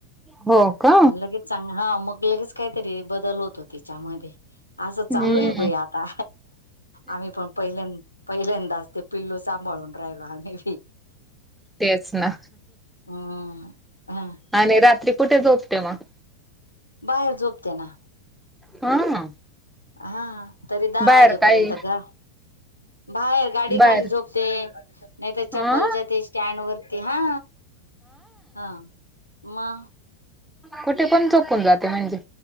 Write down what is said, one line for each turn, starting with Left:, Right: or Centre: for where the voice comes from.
Centre: हो का?
Left: आणि लगेच चांग हा मग लगेच काहीतरी बदल होतो तिच्यामध्ये. असं
Centre: हम्म
Left: चालूयं बाई आता, आम्ही पण पहिल्यां पहिल्यांदाच ते पिल्लू सांभाळून राहिलो आम्ही बी.
Centre: तेच ना.
Left: ह हा.
Centre: आणि रात्री कुठे झोपते मग?
Left: बाहेर झोपते ना.
Centre: हा.
Left: हा, तरी दहा
Centre: बाहेर
Left: वाजेपर्यंत
Centre: काही
Left: ग बाहेर. गाडी
Centre: बाहेर
Left: खाली झोपते. नाही तर
Centre: हा
Left: चप्पलच्या ते स्टँड वरती, हा हा, म
Centre: कुठे पण झोपून जाते म्हणजे.